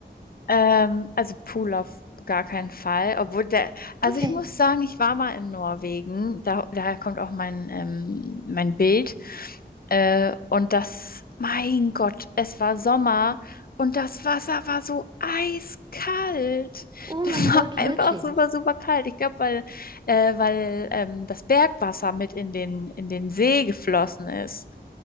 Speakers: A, on the left; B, on the right.
A: Ähm, also Pool auf gar keinen Fall. Obwohl der, also
B: Okay.
A: ich muss sagen, ich war mal in Norwegen. Da, daher kommt auch mein, ähm, mein Bild. Äh, und das, mein Gott, es war Sommer und das Wasser war so eiskalt.
B: Oh
A: Das
B: mein Gott,
A: war <laughs> einfach
B: wirklich.
A: super, super kalt. Ich glaube, weil, äh, weil ähm, das Bergwasser mit in den, in den See geflossen ist.